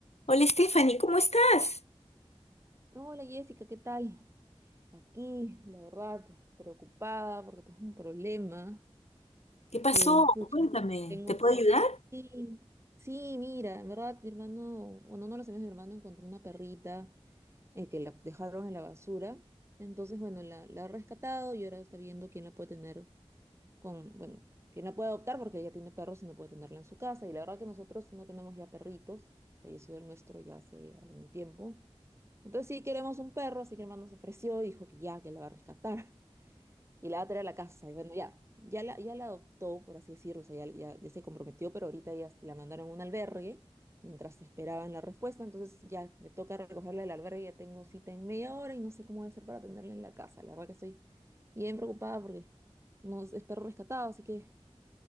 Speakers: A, on the left; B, on the right.
A: Hola Stephanie, ¿cómo estás?
B: Hola Jessica, ¿qué tal? Aquí, la verdad, preocupada porque tengo un problema.
A: ¿Qué pasó?
B: Eh, pucha,
A: Cuéntame,
B: tengo...
A: ¿te puedo ayudar?
B: Sí, sí, mira, en verdad, mi hermano, bueno, no lo sabía, mi hermano encontró una perrita eh, que la dejaron en la basura. Entonces, bueno, la, la ha rescatado y ahora está viendo quién la puede tener con, bueno, quién la puede adoptar porque ella tiene perros y no puede tenerla en su casa. Y la verdad que nosotros no tenemos ya perritos, falleció el nuestro ya hace algún tiempo. Entonces sí queremos un perro, así que el hermano se ofreció y dijo que ya, que la va a rescatar y la va a traer a la casa. Y bueno, ya, ya la, ya la adoptó, por así decirlo, o sea, ya, ya- ya se comprometió, pero ahorita ya la mandaron a un albergue mientras esperaban la respuesta. Entonces ya me toca recogerla del albergue, ya tengo cita en media hora y no sé cómo voy a hacer para tenerla en la casa. La verdad que estoy bien preocupada porque no es es perro rescatado, así que